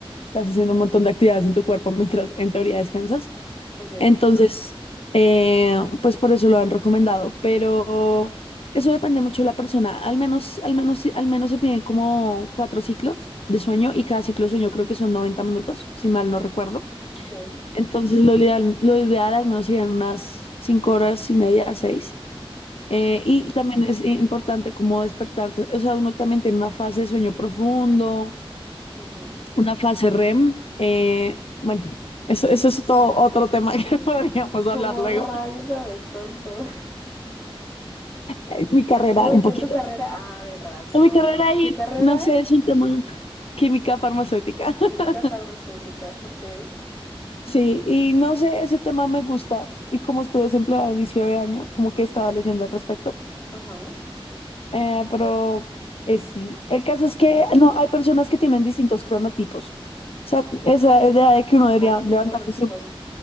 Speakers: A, on the left; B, on the left.
A: estás haciendo un montón de actividades en tu cuerpo mientras en teoría descansas.
B: okay
A: Entonces, eh, pues por eso lo han recomendado, pero eso depende mucho de la persona. Al menos, al menos, al menos se piden como cuatro ciclos de sueño y cada ciclo de sueño creo que son 90 minutos, si mal no recuerdo.
B: okay
A: Entonces, lo ideal, lo ideal al menos serían unas cinco horas y media, seis. Eh, y también es importante como despertarte, o sea, uno también tiene una fase de sueño profundo,
B: Ujú.
A: una fase REM. eh, bueno, eso, eso es todo otro tema <laughs> que
B: Ujú.
A: podríamos
B: Como
A: hablar luego.
B: rayos sabes tanto?
A: Eh, Mi carrera,
B: ¿Eso lo viste
A: un poquito.
B: en tu carrera? Ah, de razón.
A: No, Mi carrera y
B: ¿Qué carrera
A: no sé,
B: es?
A: es un tema química farmacéutica. <laughs>
B: Química farmacéutica, ok.
A: Sí, y no sé, ese tema me gusta. Y como estoy desempleada a inicio de año, como que estaba leyendo al respecto.
B: Ajá.
A: Eh, pero eh, sí, el caso es que no, hay personas que tienen distintos cronotipos. O sea, esa idea de que uno
B: ¿Cómo
A: debería
B: así
A: levantarse
B: cronotipos?
A: su...